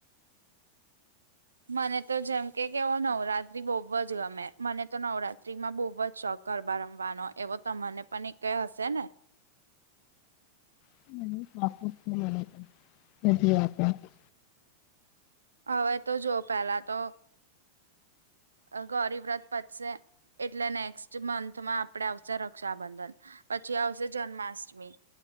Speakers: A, on the right; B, on the left.
A: મને તો જેમ કે કે ઓ નવરાત્રી બહુ જ ગમે મને તો નવરાત્રી માં બહુ જ શોખ. ગરબા રમવાનો એવો તમને પણ એક હશે ને.
B: પ છે મને પણ હજી વાત <inaudible>
A: હવે તો જો પેલા તો. અ ગૌરી વ્રત પતશે. એટલે નેક્સ્ટ મંથમાં આપણે આવશે રક્ષાબંધન પછી આવશે જન્માષ્ટમી